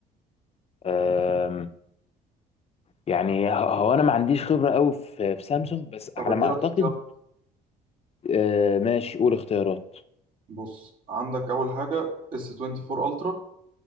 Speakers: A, on the left; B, on the right.
A: آم، يعني ه- هو انا ما عنديش خبرة قوي في في سامسونج بس
B: طب
A: على
B: ادي
A: ما
B: لك
A: اعتقد
B: اختيار
A: آه، ماشي قول اختيارات
B: بص عندك اول حاجة S24 Ultra